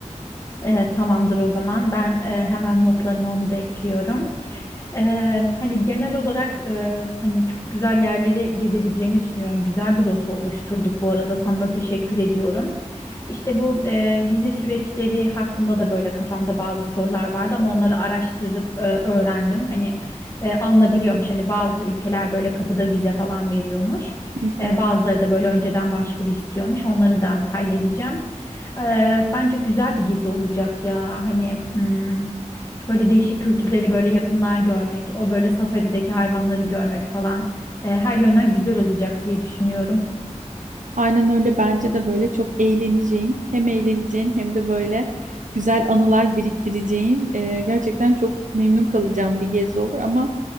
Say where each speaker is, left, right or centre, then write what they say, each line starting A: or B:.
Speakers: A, on the left (about 30°); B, on the right (about 85°).
A: E, tamamdır o zaman. Ben e, hemen notlarıma onu da ekliyorum. Eee, hani genel olarak eee, hani çok güzel yerleri gezebileceğimi düşünüyorum. Güzel bir rota oluşturduk bu arada. Sana da teşekkür ediyorum. İşte bu eee, vize süreçleri hakkında da böyle kafamda bazı sorular vardı ama onları araştırdım, öğrendim. Hani eee, alınabiliyormuş. Hani bazı ülkeler böyle kapıda vize falan veriyormuş.
B: Hı
A: Eee,
B: hı.
A: bazıları da böyle önceden başvuru istiyormuş. Onları da halledeceğim. Eee, bence güzel bir gezi olacak ya. Hani. hmm, Böyle değişik kültürleri böyle yakından görmek, o böyle safarideki hayvanları görmek falan e, her yönden güzel olacak diye düşünüyorum.
B: Aynen öyle bence de böyle çok eğleneceğin hem eğleneceğin hem de böyle güzel anılar biriktireceğin e, gerçekten çok memnun kalacağım bir gezi olur ama